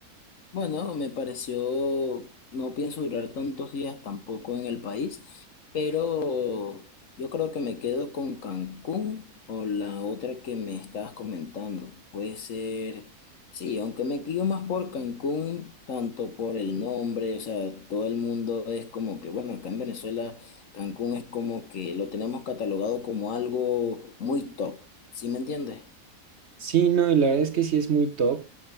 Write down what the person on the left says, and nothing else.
Bueno, me pareció, no pienso durar tantos días tampoco en el país, pero yo creo que me quedo con Cancún o la otra que me estabas comentando. Puede ser, sí, aunque me guío más por Cancún, tanto por el nombre, o sea, todo el mundo es como que, bueno, acá en Venezuela Cancún es como que lo tenemos catalogado como algo muy top, ¿sí me entiendes?